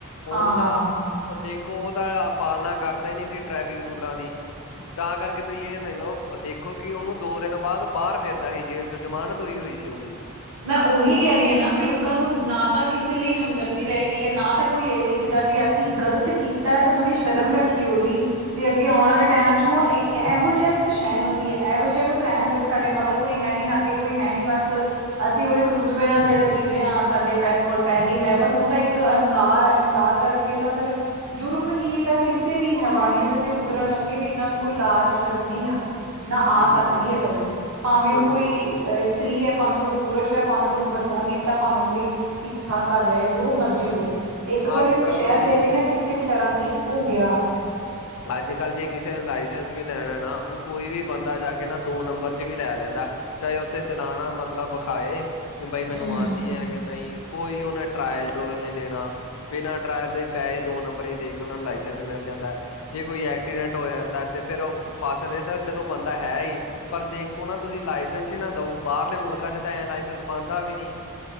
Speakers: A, on the left; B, on the right.
A: ਹੁਣ
B: ਹਾਂ
A: ਉਹ ਦੇਖੋ, ਉਹ ਤਾ ਪਾਲਨਾ ਕਰਦਾ ਈ ਨੀ ਸੀ ਟ੍ਰੈਫਿਕ ਰੂਲਾਂ ਦੀ ਤਾਂ ਕਰਕੇ ਤੁਹੀ ਏ ਮੇਲੋ, ਦੇਖੋ ਕਿ ਓਹਨੂੰ ਦੋ ਦਿਨ ਬਾਦ ਬਾਰ ਫਿਰਦਾ ਸੀ, ਜੇਲ ਜੋ ਜ਼ਮਾਨਤ ਹੋਈ, ਹੋਈ ਸੀ ਓਂਹਦੀ
B: ਮੈਂ ਓਹੀ ਕਹਿ ਰਹੀ ਆ ਨਾ ਵੀ ਲੋਕਾਂ ਨੂੰ ਨਾ ਤਾ ਕਿਸੇ ਲਈ ਹਮਦਰਦੀ ਰਹਿ ਗਈ ਏ, ਨਾ ਤਾ ਕੋਈ ਏ ਦੇਖਦਾ ਵੀ ਕੀ ਗਲਤ ਕੀਤਾ ਆ ਤਾਂ। ਥੋੜੀ ਸ਼ਰਮ
A: ਬਿਲਕੁਲ
B: ਰੱਖੀਏ ਓਦੀ,
A: ਜੀ
B: ਤੇ ਅੱਗੇ ਆਉਣ ਵਾਲੇ ਟਾਈਮ ਚ ਹੁਨ ਐਹੋ ਜਿਹਾਂ ਨੂੰ ਤੇ ਸ਼ੈਅ ਮਿਲਦੀ ਐ, ਐਹੋ ਜਿਹਾਂ ਨੂੰ ਤਾ ਐਂ ਹੁੰਦੇ ਵੀ ਸਾਡੇ ਮਗਰ ਕੋਈ ਹੈ ਨੀ, ਨਾ ਅੱਗੇ ਕੋਈ ਹੈ ਨੀ ਬੱਸ ਅਸੀ ਉਹ ਇੱਕ ਰੁਤਬੇ ਨਾਲ ਜਿਹੜਾ ਜੀ ਰਹੇ ਆਂ, ਸਾਡੇ ਪੈਸ ਕੋਲ ਪੈਹੇ ਹੈ, ਬੱਸ ਓਦਾ ਇੱਕ ਅਹੰਕਾਰ ਹੈ, ਅੰਹਕਾਰ ਕਰਕੇ ਕੇ ਤਾ ਫੇਰ ਜੁਰਮ ਕੀ, ਤਾ ਕਿਸੇ ਵੀ ਹੈਵਾਨੀਅਤ ਤੇ ਉਤਰਨ ਲੱਗੇ ਵੀ ਇਨਾਂ ਨੂੰ ਕੋਈ ਲਾਜ ਸ਼ਰਮ ਨੀ ਆਂਦੀ। ਨਾ ਆ
A: ਬਿਲਕੁਲ
B: ਸਕਦੀ
A: ਜੀ
B: ਐ ਕਦੇ, ਭਾਵੇਂ
A: ਬਿਲਕੁਲ
B: ਉਹ ਕੋਈ
A: ਬਿਲਕੁਲ
B: ਅ ਇਸਤਰੀ ਐ, ਭਾਵੇਂ ਕੋਈ ਪੁਰਸ਼ ਐ, ਭਾਵੇਂ ਕੋਈ ਵੱਡਾ ਨੇਤਾ, ਭਾਵੇਂ ਕੋਈ ਠੀਕ ਠਾਕ ਕਾਰਦੈ ਆ, ਜੋ ਮਰਜ਼ੀ
A: ਬਿਲਕੁਲ
B: ਹੋਏ
A: ਜੀ
B: ਇੱਕ ਵਾਰੀ
A: ਅੱਜ
B: ਓਹਨੂੰ
A: ਕੱਲ
B: ਸ਼ੈਅ
A: ਤੁਸੀਂ
B: ਦੇਤੀ
A: ਇਹ
B: ਨਾ ਕਿਸੇ ਵੀ ਤਰਾ ਦੀ, ਉਹ ਗਿਆ।
A: ਅੱਜ-ਕੱਲ ਜੇ ਕਿਸੇ ਨੇ ਲਾਇਸੈਂਸ ਵੀ ਲੈਣੇ ਨਾ, ਉਹ ਕੋਈ ਵੀ ਬੰਦਾ ਜਾਕੇ ਦੋ ਨੰਬਰ ਚ ਵੀ ਲੈ ਲੈਂਦੈ, ਚਾਏ ਓਥੇ ਚਲਾਨਾ, ਮਤਲਬ ਵਖਾਏ ਕਿ ਬਈ ਮੈਨੂੰ
B: ਹੂੰ।
A: ਆਂਦੀ ਐ ਕਿ ਨਈ, ਕੋਈ ਓਹਨੇ ਟਰਾਇ ਲ ਟਰੂਇਲ ਨੀ ਦੇਣਾ। ਬਿਨਾਂ ਟਰਾਇਲ ਤੋ ਈ ਪੈਹੇ ਦੋ ਨੰਬਰੀ ਦੇਕੇ, ਓਹਨਾਂ ਨੂੰ ਲਾਇਸੈਂਸ ਮਿਲ ਜਾਂਦੈ। ਜੇ ਕੋਈ ਐਕਸੀਡੈਂਟ ਹੋ ਜਾਂਦਾ ਤੇ ਫੇਰ ਉਹ ਫਸਦੇ ਤਾ, ਚਲੋ ਬੰਦਾ ਹੈ ਈ। ਪਰ ਦੇਖੋ ਨਾ ਤੁਸੀ ਲਾਇਸੈਂਸ ਈ ਨਾ ਦੋ, ਬਾਹਰਲੇ ਮੁਲਕਾਂ ਚ ਤਾਂ ਐਂ ਲਾਇਸੈਂਸ ਬੰਨਦਾ ਵੀ ਨਹੀ।